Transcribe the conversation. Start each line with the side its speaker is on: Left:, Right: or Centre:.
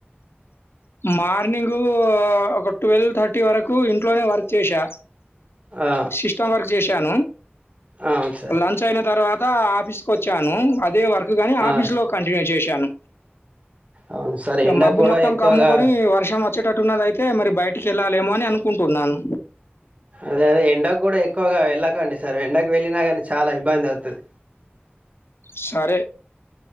Left: మార్నింగు ఒక ట్వెల్వ్ థర్టీ వరకు ఇంట్లోనే వర్క్ చేసా
Right: ఆ
Left: సిస్టమ్ వర్క్ చేశాను
Right: అవును సార్
Left: లంచ్ అయిన తర్వాత ఆఫీస్కి వచ్చాను అదే వర్క్ కానీ
Right: ఆ
Left: ఆఫీస్లో
Right: స-
Left: కంటిన్యూ చేశాను
Right: అవును సార్
Left: ఇక
Right: ఎండకు
Left: మబ్బు
Right: కూడా
Left: మొత్తం
Right: ఎక్కువగా
Left: కమ్ముకొని వర్షం వచ్చేటట్టున్నది అయితే మరి బయటికి వెళ్ళాలేమో అని అనుకుంటున్నాను
Right: అదే అద ఎండకు కూడా ఎక్కువగా వెళ్ళకండి సార్ ఎండకు వెళ్ళినా కానీ చాలా ఇబ్బంది అవుతది.
Left: సరే